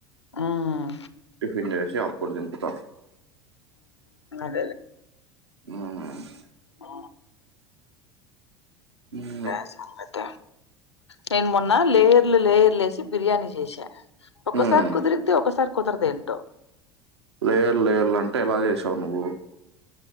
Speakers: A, on the left (about 80°); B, on the right (about 75°).
A: ఉమ్
B: టిఫన్ జేషి అప్పుడు దింపుత
A: అ
B: ఆ
A: ఆ
B: ఉమ్,
A: డాన్స్ సంగత నేను మొన్న లేయర్లు లేయర్లు యేసి బిర్యానీ చేసా ఒక్కసారి
B: ఉమ్.
A: కుదురిద్ది ఒకసారి కుదరది అట్ట
B: లేయర్ లేయర్లు అంటే ఎలా జేసావు నువ్వు